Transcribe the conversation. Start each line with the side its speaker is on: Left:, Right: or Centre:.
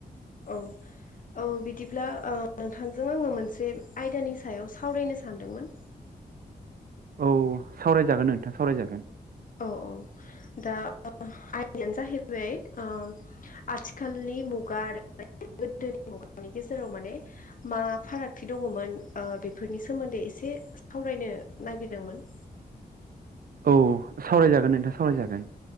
Left: औ। औ बिदिब्ला ओ नोंथांजों आङो मोनसे आयदानि सायाव सावरायनो सानदोंमोन।
Right: औ सावरायजागोन नोंथां सावरायजागोन।
Left: औ औ। दा आयदायानो जाहैबाय ओ आथिखालनि मुगा आरो गोदोनि मुगानि गेजेराव माने मा फारागथि दङ'मोन ओ बेफोरनि सोमोन्दै एस से सावरायनो नागिरदोंमोन।
Right: <inaudible> औ सावरायजागोन नोंथां सावरायजागोन।